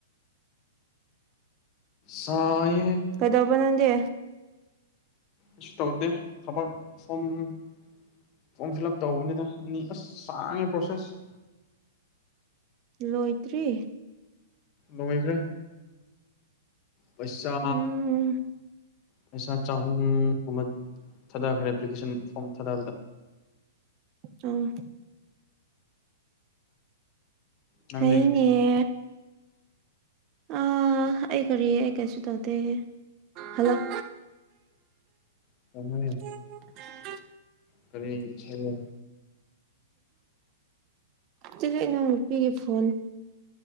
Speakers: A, on the left; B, on the right.
A: ꯁꯥꯏꯌꯦ
B: ꯀꯩꯗꯧꯕ ꯅꯪꯗꯤ
A: ꯀꯩꯁꯨ ꯇꯧꯗꯦ ꯊꯕꯛ ꯁꯨꯝ ꯐꯣꯝ ꯐꯤꯜ ꯑꯞ ꯇꯧꯕꯅꯤꯗ ꯑꯅꯤ ꯑꯁ ꯆꯥꯡꯉꯦ ꯄ꯭ꯔꯣꯁꯦꯁ
B: ꯂꯣꯏꯗ꯭ꯔꯤ
A: ꯂꯣꯢꯈ꯭ꯔꯦ ꯄꯩꯁꯥ
B: ꯎꯝ
A: ꯄꯩꯁꯥ ꯆꯍꯨꯝ ꯑꯃ ꯊꯥꯗꯈ꯭ꯔꯦ ꯑꯦꯄ꯭ꯂꯤꯀꯦꯁꯟ ꯐꯣꯝ ꯊꯥꯗꯕꯗ
B: ꯎꯝ
A: ꯅꯪꯗꯤ
B: ꯐꯩꯅꯦ ꯑ ꯑꯩ ꯀꯔꯤ ꯑꯩ ꯀꯩꯁꯨ ꯇꯧꯗꯦ ꯍꯜꯂꯛ
A: <inaudible> <unintelligible>
B: <inaudible>
A: ꯀꯔꯤ ꯏꯁꯩꯅꯣ
B: ꯆꯗ ꯏꯅꯥꯎ ꯅꯨꯄꯤꯒꯤ ꯐꯣꯟ